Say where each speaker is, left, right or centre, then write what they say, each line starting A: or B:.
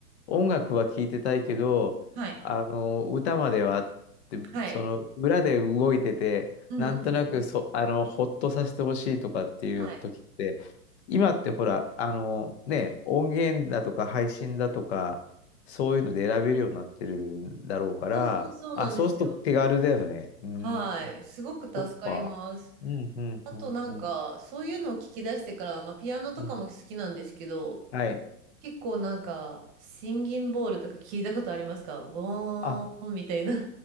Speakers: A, on the left (about 45°); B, on the right (about 30°).
A: 音楽は聞いてたいけど、
B: はい。
A: あの、歌まではって、
B: はい。
A: その、裏で動いてて、
B: うんうんうん。
A: なんとなくそ、あの、ほっとさせてほしいとかっていう時って、
B: はい。
A: 今ってほら、あのね、音源だとか配信だとか、そういうので選べるようになってるんだろうから、
B: そうそうそうなんですよ。
A: あ、そうすると手軽だよね。うーん、
B: はい。すごく助かります。
A: そっか。うん、うん、
B: あとなんか、
A: うん、うん、
B: そういうのを聞き出してから、まあ、ピアノとかも好きなんですけど、
A: うん。はい。
B: 結構なんか、シンギンボールとか聞いたことありますかボーンみたいな。
A: あ、